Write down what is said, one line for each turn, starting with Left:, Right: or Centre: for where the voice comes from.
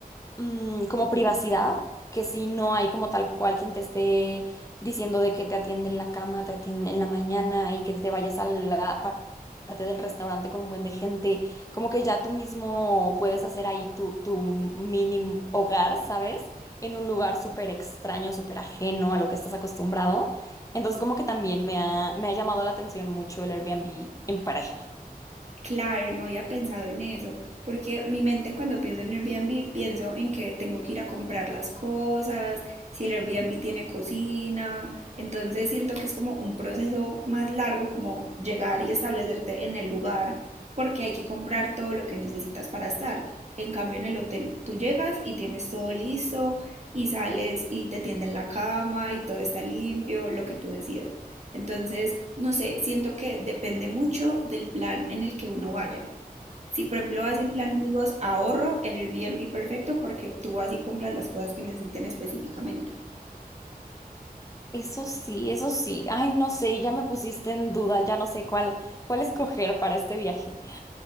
Left: mm, como privacidad, que si no hay como tal cual quien te esté diciendo de que te atiende en la cama, te atiende en la mañana y que te vayas a la pa- parte del restaurante con un buen de gente, como que ya tú mismo puedes hacer ahí tu, tu mini hogar, ¿sabes? En un lugar súper extraño, súper ajeno a lo que estás acostumbrado. Entonces como que también me ha, me ha llamado la atención mucho el Airbnb en pareja.
Right: Claro, no había pensado en eso, porque mi mente cuando pienso en Airbnb pienso en que tengo que ir a comprar las cosas, si el Airbnb tiene cocina, entonces siento que es como un proceso más largo como llegar y establecerte en el lugar, porque hay que comprar todo lo que necesitas para estar. En cambio, en el hotel tú llegas y tienes todo listo y sales y te tienden la cama y todo está limpio, lo que tú decías. Entonces, no sé, siento que depende mucho del plan en el que uno vaya. Si, por ejemplo, vas en plan amigos, ahorro el Airbnb perfecto porque tú vas y compras las cosas que necesiten específicamente.
Left: Eso sí, eso sí. Ay, no sé, ya me pusiste en duda, ya no sé cuál, cuál escoger para este viaje.